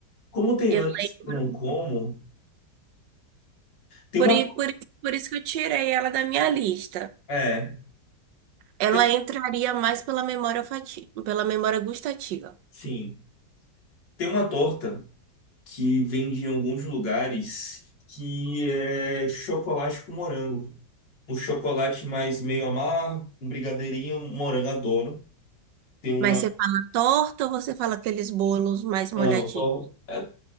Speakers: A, on the left (about 85°); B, on the right (about 85°).
A: como tem
B: Eu
A: anos
B: lembro.
A: que eu não como, tem
B: Por,
A: uma.
B: i- por, i- por isso que eu tirei ela da minha lista.
A: É,
B: Ela
A: tem,
B: entraria mais pela memória olfativa, pela memória gustativa.
A: sim. Tem uma torta. que vende em alguns lugares, que é chocolate com morango. Um chocolate mais meio amargo, um brigadeirinho, um morango, adoro. Tem uma.
B: Mas você fala torta ou você fala aqueles bolos mais molhadinhos?
A: Não, tô- é-